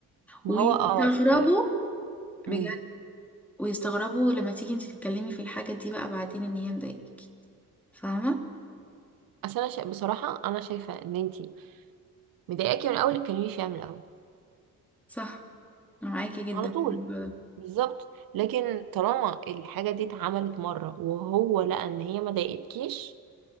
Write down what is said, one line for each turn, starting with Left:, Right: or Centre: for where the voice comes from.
Right: ما
Centre: ويستغربوا
Right: هو اه أصل- مم.
Centre: بجد ويستغربوا لما تيجي انت تتكلمي في الحاجة دي بقى بعدين ان هي مضايقاكي فاهمة
Right: اصل انا شا- بصراحة انا شايفة ان انتي مضايقاكي من الاول اتكلمي فيها من الاول
Centre: صح انا معاكي جدا
Right: على طول
Centre: في الموضوع ده
Right: بالظبط لكن طالما الحاجه دي اتعملت مره وهو لقى ان هي ما ضايقتكيش